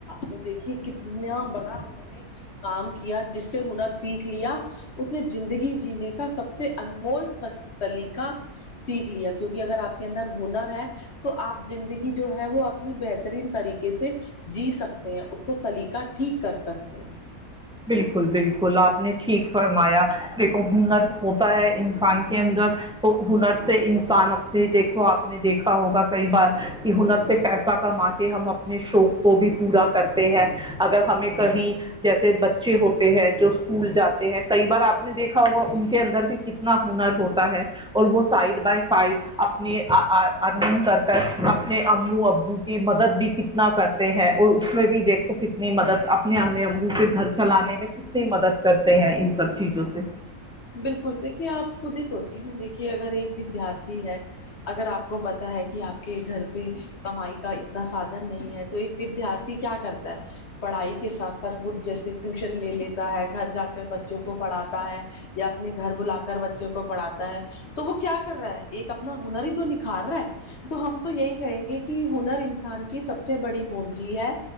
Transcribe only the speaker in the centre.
بالکل بالکل آپ نے ٹھیک فرمایا ہنرس ہوتا ہے انسان کے اندر تو ہنر سے انسان اپنے دیکھو آپ نے دیکھا ہوگا کئی بار کہ ہنر سے پیسہ کما کہ ہم اپنے شوق کو بھی پورا کرتے ہیں اگر ہمیں کہیں جیسے بچے ہوتے ہیں جو اسکول جاتے ہیں کئی بار آپ نے دیکھا ہوگا ان کے اندر بھی کتنا ہنر ہوتا ہے اور وہ سائڈ بائی سائڈ اپنے ارننگ کر کر اپنے امو ابو مدد بھی کتنا کرتے ہیں اور اس میں بھی دیکھ کو کتنی مدد اپنے اممی ابو سے گھر چلانے میں کتنی مدد کرتے ہیں ان سب چیزوں سے